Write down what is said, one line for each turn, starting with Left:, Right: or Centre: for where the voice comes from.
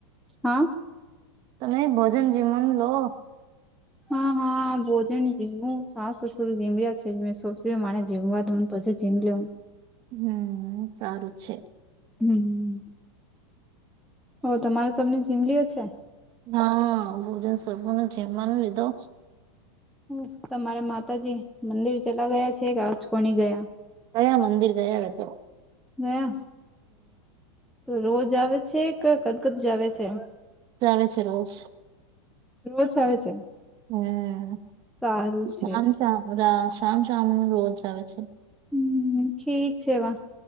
Centre: હા?
Right: તમે ભોજન જમવાનું લો.
Centre: હા હા બોજન જીમવું. સાસ સસુર જમ્યા છે મેં સોચ રહી હું મારે જીમવા દો ન. પછી જીમ લઉં.
Right: હમ સારું જ છે.
Centre: હમ હો તમારે સબને જીમલીઓ છે?
Right: હા ભોજન સબ લિયો જીમવાનો લીધો.
Centre: હ તમારે માતાજી મંદિર ચલા ગયા છે કે આજકો ની ગયા?
Right: ક્યા મંદિર ગયા એ તો.
Centre: ગયા? તો રોજ આવે છે કે કદકદ જાવે છે?
Right: રોજ આવે છે રોજ.
Centre: રોજ આવે છે?
Right: હમ
Centre: સારું
Right: શ
Centre: છે
Right: શામ રા શામ શામ રોજ આવે છે.
Centre: હમ્મ ઠીક છે વા